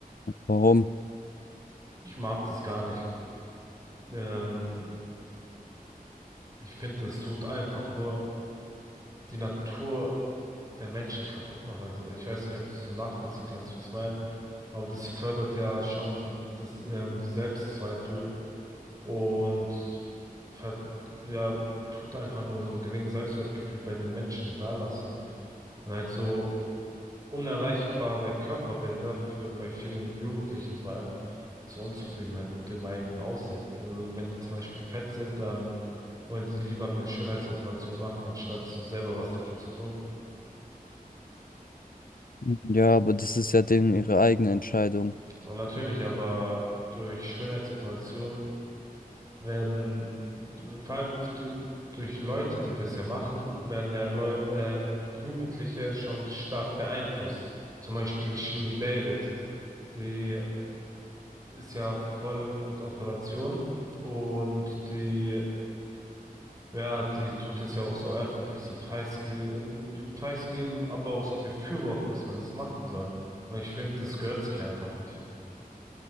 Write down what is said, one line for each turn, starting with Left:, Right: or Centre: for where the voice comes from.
Left: warum?
Right: Ich mag das gar nicht. Ähm, ich finde, das tut einfach nur die Natur der Menschen kaputt machen. Also ich weiß nicht, ob du es so nachvollziehen kannst, wie ich es meine, aber das fördert ja schon so das, ähm, die Selbstzweifel und ver- ja, tut einfach nur so ein geringes Selbstwertgefühl bei den Menschen dalassen. Und halt so unerreichbare Körperbilder führen bei vielen Jugendlichen vor allem zur Unzufriedenheit mit dem eigenen Aussehen. Also wenn die zum Beispiel fett sind, dann wollen die lieber eine Schönheitsoperation machen, anstatt so selber was dafür zu tun.
Left: Ja, aber das ist ja denen ihre eigene Entscheidung.
Right: Und natürlich aber durch Schönheitsoperationen werden, vor allem du- durch Leute, die das ja machen, werden ja Leu ähm, Jugendliche schon stark beeinflusst. Zum Beispiel Shirin David, die ist ja voll mit Operation und die, ja, die tut es ja auch so öffentlich so preisgeben, preisgeben, aber auch so befürworten, dass man das machen soll. Und ich finde, das gehört sich einfach nicht.